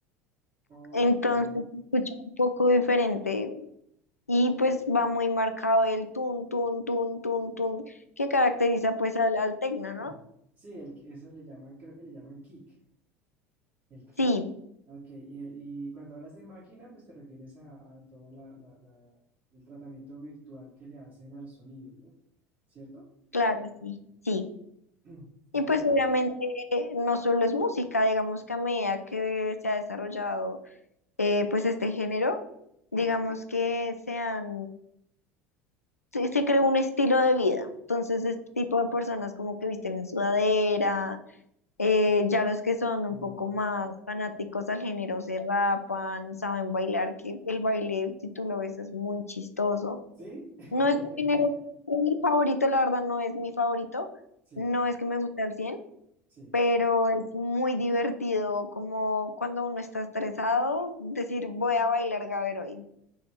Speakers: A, on the right; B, on the left.
A: Ok.
B: Entonces se escucha un poco diferente y pues va muy marcado el tun, tun, tun, tun, tun, que caracteriza pues al, al tecno, ¿no?
A: <clears throat> Sí, el, eso le llaman, creo que le llaman kick. El kick.
B: Sí,
A: Ok, y, y cuando hablas de máquina, pues te refieres a, a todo la, la- la- el tratamiento virtual que le hacen a los sonidos, ¿no? ¿Cierto?
B: claro, sí, sí.
A: <clears throat> Oh,
B: Y pues obviamente eh, no solo es música, digamos que a medida que se ha desarrollado eh, pues este género, digamos que se han se, se creó un estilo de vida. Entonces, este tipo de personas como que visten en sudadera, eh, ya los que son un
A: mm,
B: poco más fanáticos al género se rapan, saben bailar, que el baile, si tú lo ves, es muy chistoso.
A: ¿sí? <laughs>
B: No es un género mi favorito, la verdad no es mi favorito,
A: Sí,
B: no es que me guste al cien
A: sí.
B: pero es muy divertido, como cuando uno está estresado, decir voy a bailar gaber hoy,